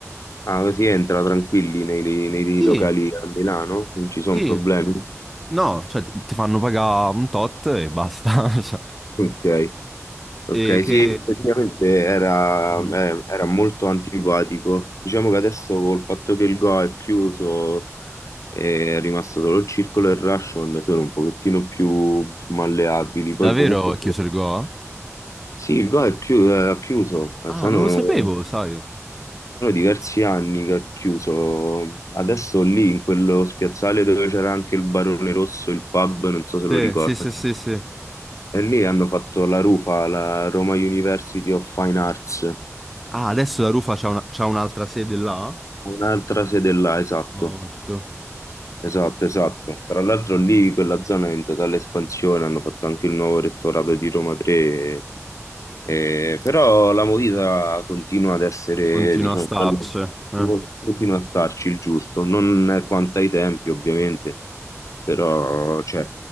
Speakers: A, on the left; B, in the centre.
A: Ah, così entra tranquilli nei, nei
B: Sì,
A: locali a Milano, non ci sono
B: sì,
A: problemi.
B: no, cioè ti ti fanno pagare un tot e basta. <laughs> cioè.
A: Ok, Ok,
B: E che...
A: sì, effettivamente era,
B: Mhm.
A: eh, era molto antipatico. Diciamo che adesso col fatto che il Go è chiuso è rimasto solo il Circolo e il Rashomon sono un pochettino più malleabili.
B: Davvero
A: Poi comunque
B: è chiuso il Go?
A: sì, il Go è chiu- è chiuso, eh,
B: Ah,
A: sono,
B: non lo sapevo, sai.
A: sono diversi anni che è chiuso. Adesso lì in quello spiazzale dove c'era anche il Barone Rosso, il pub, non so se lo
B: Sì,
A: ricordi.
B: sì, sì, sì, sì.
A: E lì hanno fatto la rufa alla Roma University of Fine Arts.
B: Ah, adesso la Rufa c'ha una- c'ha un'altra sede là?
A: Un'altra sede là, esatto.
B: Morto.
A: Esatto, esatto. Tra l'altro lì quella zona è in totale espansione, hanno fatto anche il nuovo rettorato di Roma 3, eh, però la movida continua ad essere,
B: Continua
A: diciamo,
B: a starci.
A: bella-
B: Eh,
A: continua a starci il giusto, non quanto ai tempi ovviamente, però
B: ok,
A: cioè,